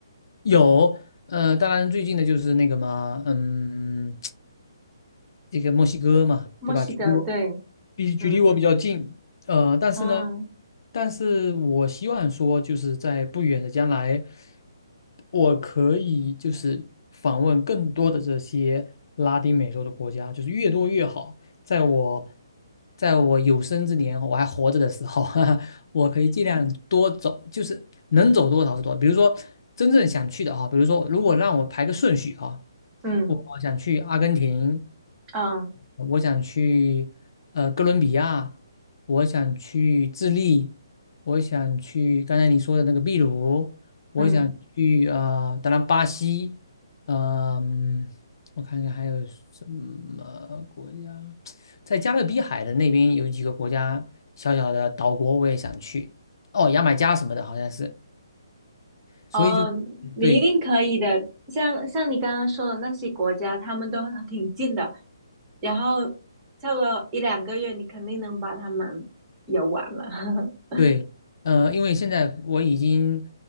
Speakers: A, on the left; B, on the right.
A: 有，呃，当然最近的就是那个嘛，嗯，这个墨西哥嘛，
B: 墨西哥，
A: 对吧？距离我
B: 对，
A: 比距离我比较近，
B: 嗯
A: 呃，但是呢，
B: 嗯
A: 但是我希望说，就是在不远的将来，我可以就是访问更多的这些拉丁美洲的国家，就是越多越好。在我在我有生之年，我还活着的时候，<laughs> 我可以尽量多走，就是能走多少是多少。比如说真正想去的哈，比如说如果让我排个顺序啊。
B: 嗯
A: 我想去阿根廷，
B: 嗯
A: 我想去呃哥伦比亚，我想去智利，我想去刚才你说的那个秘鲁，我想去呃，
B: 嗯，
A: 当然巴西，嗯、我看看还有什么国家，在加勒比海的那边有几个国家小小的岛国我也想去，哦，牙买加什么的好像是，所以就
B: 哦，你一定可以的。
A: 对，
B: 像像你刚刚说的那些国家，他们都挺近的，然后差不多一两个月，你肯定能把他们游完了。<laughs>
A: 对，呃，因为现在我已经